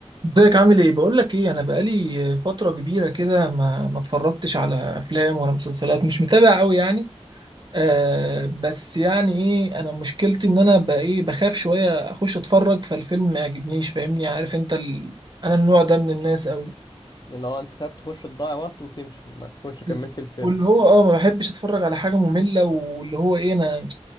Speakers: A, on the right; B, on the left.
A: ازيك عامل ايه بقول لك ايه انا بقالي فتره كبيره كده ما ما اتفرجتش على افلام ولا مسلسلات مش متابع قوي يعني آه بس يعني ايه انا مشكلتي ان انا بقى ايه بخاف شويه اخش اتفرج فالفيلم ما يعجبنيش فاهمني عارف انت ال... انا النوع ده من الناس قوي
B: اللي هو انت خايف تخش تضيع وقت وتمشي ما تكونش كملت
A: بز-
B: الفيلم
A: واللي هو اه ما بحبش اتفرج على حاجه ممله واللي هو ايه انا